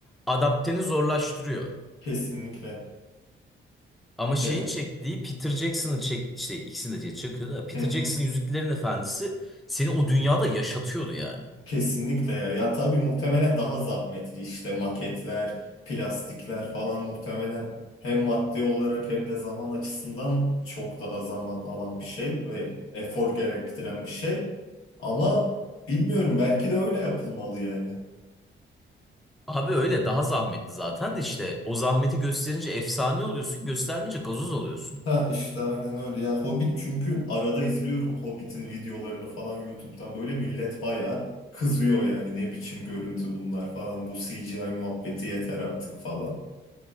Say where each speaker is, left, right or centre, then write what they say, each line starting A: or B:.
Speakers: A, in the centre; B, on the left.
A: adapteni zorlaştırıyor.
B: kesinlikle.
A: Ama şeyin
B: Ya-
A: çektiği Peter Jackson'ın çek işte ikisini de çekiyor da Peter
B: Hı hı.
A: Jackson Yüzüklerin Efendisi seni o dünyada yaşatıyordu yani.
B: Kesinlikle ya. Ya tabii muhtemelen daha zahmetli işte maketler, plastikler falan muhtemelen hem maddi olarak hem de zaman açısından çok daha zaman alan bir şey ve efor gerektiren bir şey. Ama bilmiyorum belki de öyle yapılmalı yani.
A: Abi öyle daha zahmetli zaten de işte o zahmeti gösterince efsane oluyorsun göstermeyince gazoz oluyorsun.
B: Ha işte aynen öyle. Yani Hobbit çünkü arada izliyorum Hobbit'in videolarını falan YouTube'dan böyle millet bayağı kızıyor yani ne biçim görüntü bunlar falan bu CGI muhabbeti yeter artık falan.